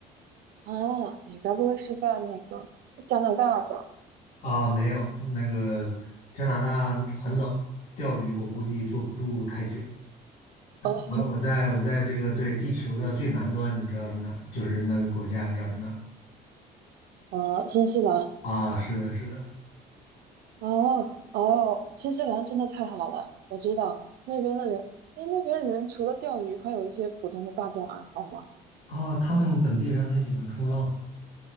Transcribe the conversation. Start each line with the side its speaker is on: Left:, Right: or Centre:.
Right: 啊，你该不会是在那个加拿大吧？
Left: 啊，没有，那个加拿大很冷，钓鱼我估计坐不住太久。
Right: 哦，
Left: 我我在我在这个对地球的最南端，你知道是哪儿？就是那个国家，你知道是哪儿吗？
Right: 呃，新西兰。
Left: 啊，是的，是的，
Right: 哦哦，新西兰真的太好了，我知道那边的人，哎，那边人除了钓鱼，还有一些普通的大众爱好嘛。
Left: 啊，他们本地人很喜欢冲浪。